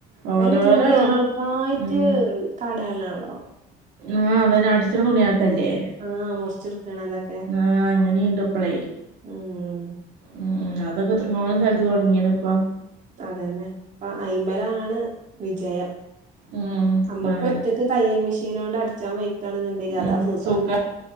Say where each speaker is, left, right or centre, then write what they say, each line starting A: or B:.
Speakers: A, on the right; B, on the right.
A: ഓരോരോ
B: അയ്ന് തുണിയേൾക്കായിട്ട്
A: ഉം
B: കടെളാണോ
A: ആഹ്‌ അഹനെ അടിച്ചണ തുണിയാക്കല്ലേ
B: ആഹ് മുറിച്ചെടുക്കണതൊക്കെ
A: ആഹ് അങ്ങനീണ്ട്പ്പളേ
B: ഊം
A: ഉം ഉം അതൊക്കെ എത്രങ്ങാനും സ്ഥലത്ത് തോടങ്ങീണ് പ്പൊ
B: അതന്നെ പ്പ അയ്മലാണ് വിജയം
A: ഉം
B: അമ്മക്ക്
A: അതന്നെ.
B: ഒറ്റക്ക് തയ്യൽ മെഷീനോണ്ട് അടിച്ചാൻ വയ്ക്കാണ്ന്ന്ണ്ടെങ്കി
A: ഉം
B: അതാ സുഖം
A: സുഖാ